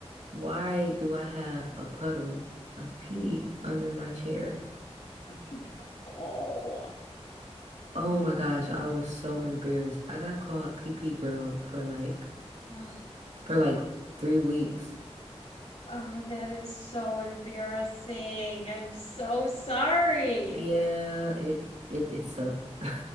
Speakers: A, on the right (about 90°); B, on the left (about 75°).
A: Why do I have a puddle of pee under my chair?
B: <laughs> Oh.
A: Oh my gosh, I was so embarrassed. I got called PP girl for like
B: no. Um, <sighs>
A: for like three weeks.
B: Oh, that is so embarrassing. I'm so sorry.
A: Yeah, it it it sucked. <laughs>